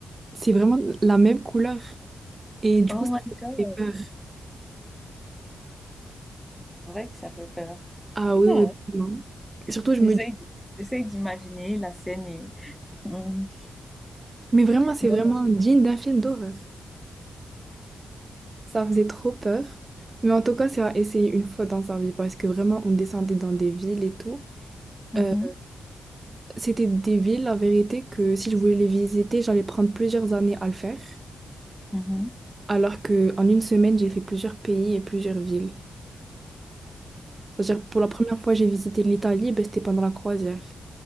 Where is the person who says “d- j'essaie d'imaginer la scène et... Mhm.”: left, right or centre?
Centre